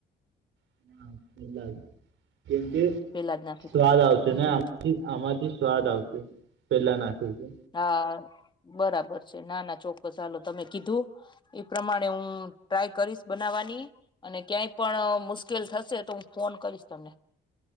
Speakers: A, on the right; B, on the left.
A: ના કલાક કેમ કે
B: પેલા જ નાખી
A: સ્વાદ
B: દે
A: આવશે
B: હમ
A: ને
B: હમ
A: આમાંથી આમાંથી સ્વાદ આવશે પેલા નાખી છે.
B: હા બરાબર છે ના ના ચોક્કસ ચાલો તમે કીધું એ પ્રમાણે હું ટ્રાય કરીશ બનાવવાની અને ક્યાંય પણ મુશ્કેલ થશે તો ફોન કરીશ તમને.